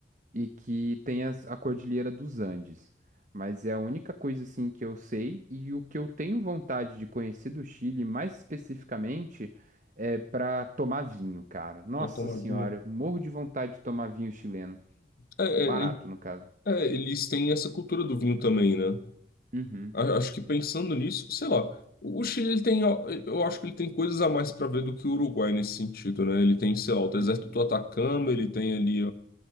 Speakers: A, on the right (about 45°); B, on the left (about 55°).
A: e que tem as- a Cordilheira dos Andes. Mas é a única coisa assim que eu sei e o que eu tenho vontade de conhecer do Chile, mais especificamente, é para tomar vinho, cara. Nossa
B: para tomar
A: senhora,
B: vinho.
A: morro de vontade de tomar vinho chileno.
B: É,
A: Barato,
B: é, é,
A: no caso.
B: é, eles têm essa cultura do vinho também, né?
A: Uhum.
B: A- Acho que pensando nisso, sei lá. O Chile ele tem, ó, eu acho que ele tem coisas a mais para ver do que o Uruguai nesse sentido, né? Ele tem, sei lá, o deserto
A: Uhum.
B: do Atacama, ele tem ali